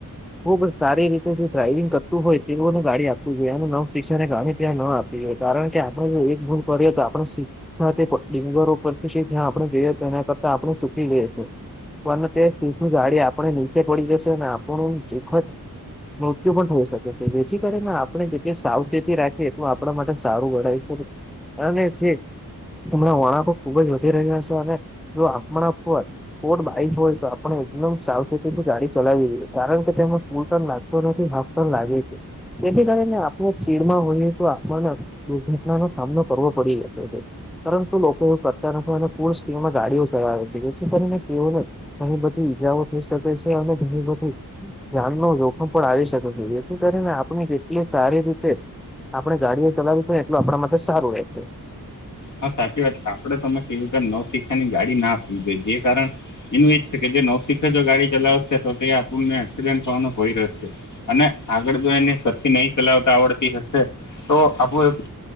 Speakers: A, in the centre; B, on the left (about 55°).
A: હ સારી જો ડ્રાાઈવિંગ કરતું હોય તેઓને ગાડી આપવું જોઈએ અને નવ સિષને ગાણી ત્યાં ન આપવી જોઈએ કારણ કે આપણે જો એક ભૂ કરી તો આપણ શીખ ત્યા તે ડિંગુરો ઉપ ત્યાં આપડણે જોઈએ તો એના કરતાં આપણું સુકી લઈશે પણ તે સ ગાડી આપણે નીચે પડી જશે ને આપણ ચી નૃતુ પણ થઈ શકે છે જેથી કરીને આપણે જે સાવચેતી રાખીએ તો આપણા માટે સારું વડાય છે અને સીટ હમણાં વળંકો ખુબ જ વધી રહ્યા છે અને જો આપમ આપવું હો સ્પોર્ટ્સ બાઈક હોય તો આપણે એકદમ સાવચેતી ગાડી ચલાવીએ કારણ કે તેમાં સ્કૂટ ના થી <unintelligible> લાગી છે. તેથી કરીને આપણે સ્પીડમાં હોઈએ તો આપણને દુર્ઘટનાનો સામનો કરવો પડી શકે છે. પરંતુ લોકો એ ફતા ન અને ફૂલ સ્ટીમાં ગાડીઓ ચલાવી કરીને તેને ઘણી બધી ઈજાઓત ની સાથે છે અને ઘણી બધી ધન ન જોખમ પણ આવી શકે છે જેથી કરીને આપણી કેટલી સારી રીતે આપણે ગાડીઓ ચલાવી છે એટલું આપણા માટેથે સારું રહે છે
B: હા સાચી વાત છે આપડે તમે કેવી રતે નવ શિક્ષની ગાડી ના આપવી જોઈએ જે કારણ એનું એ જ છે કે જે નૌસિકખ જો ગાડી ચલાવશે તો તે્યા આપને એક્સિડેન્ટ થવાનું ભય રહેશે અને આગળ જો એને સતથી નહી ચલાવતા આવડતી હશે તો આપું